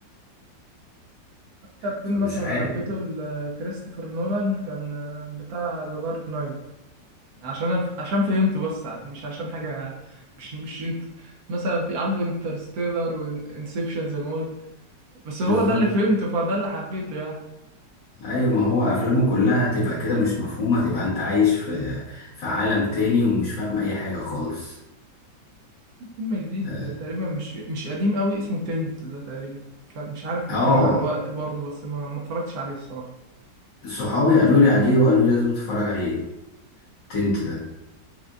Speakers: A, on the right; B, on the left.
A: اكتر
B: فمش
A: فيلم مثلا
B: عارف
A: حبيته لكريستوفر نولان كان آه، بتاع ذا دارك نايت عشان أف- عشان فهمته بس ع- مش عشان حاجه مش مش انت مثلا في عنده انترستيلر وانسبشن زي ما قلت بس هو
B: بالظبط
A: ده اللي فهمته فده اللي حبيته يعني
B: ايوه ما هو افلامه كلها تبقى كده مش مفهومة تبقى انت عايش في في عالم تاني ومش فاهم اي حاجة خالص
A: فيلم جديد
B: اه
A: تقريبا مش مش قديم قوي اسمه تنت ده تقريبا كان- مش عارف بيتكلم
B: آه،
A: على الوقت برضه بس ما ما اتفرجتش عليه الصراحة
B: صحابي قالوا لي عليه وقالوا لي لازم تتفرج عليه تنت ده